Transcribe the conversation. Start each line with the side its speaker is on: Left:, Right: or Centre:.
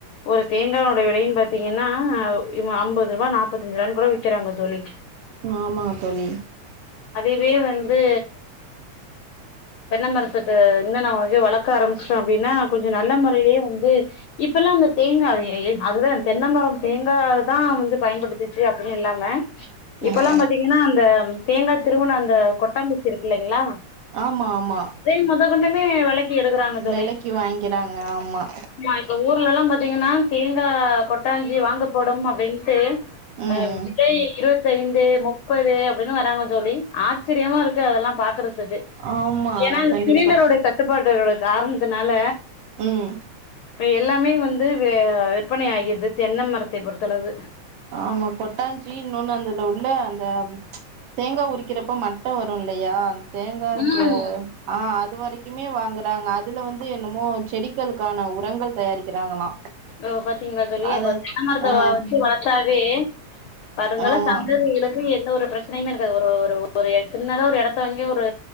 Left: ஒரு தேங்காயோட வெலையின் பாத்தீங்கன்னா ஐம்பது ரூபா நாப்பத்தஞ்சுரூபானு கூட விக்கிறாங்க தோழி
Right: ஆமாங்க தோழி
Left: அதுவே வந்து தென்னை மரத்துக்கு இன்னு நா கொச்ஞோ வந்து வளர்க்க ஆரம்பிச்சிட்டேன் அப்டினா கொஞ்சம் நல்ல முறையிலே வந்து இப் இப்பல்லா அந்த தேங்கா அதுதா தென்னை மரம் தேங்கா தா வந்துட் பயன்படுத்துச்சு அப்படின்னு இல்லாம இப்பல்லா
Right: ம்
Left: பாத்தீங்கன்னா அந்த தேங்கா திருவுன அந்த கொட்டாங்குச்சி இருக்குல்லைங்ளா
Right: ஆமா ஆமா
Left: அதயு மொதகொண்டுமே வெலைக்கு எடுக்கறாங்க தோழி
Right: வெலைக்கு வாங்கிறாங்க ஆமா
Left: ஆமா எங்க ஊர்லல்லா பாத்தீங்கன்னா தேங்கா கொட்டாஞ்சி வாங்க படும் அப்டின்ட்டு
Right: ம்
Left: அ
Right: ம்
Left: விலை இருவத் ஐந்து முப்பது அப்டின்னு வராங்க தோழி ஆச்சரியமா இருக்கு அதெல்லா பாக்குறக் க்கு
Right: ஆமா
Left: ஏன்னா இந்த
Right: கண்டிப்பா
Left: சிலிண்டரோட தட்டுப்பாட்டோட காரணத்துனால
Right: ம்
Left: ப்ப எல்லாமே வந்து விற்பனை ஆகிறது தென் மரத்தை பொறுத்தளவு
Right: ஆமா கொட்டாஞ்சி இன்னொன்னு அதுல உள்ள அந்த தேங்கா உரிக்கிறப்ப மட்டை வரு இல்லையா தேங்கா
Left: ம்
Right: ச ஆஹ் அது வரைக்குமே வாங்குறாங்க அதுல வந்து என்னமோ செடிகளுக்கான உரங்கள் தயாரிக்கிறாங்களா
Left: ஓ பாத்தீங்களா தோழி
Right: அத
Left: ஒரு தென்ன மரத்த
Right: ஆ
Left: வச்சு வளர்த்தா தே வருங்கால
Right: ஆமா
Left: சந்ததிகளு எந்த ஒரு பிரச்சனையுமே இருக்காது ஒரு ஒரு சின்னதா ஒரு எடத்த வாங்கி ஒரு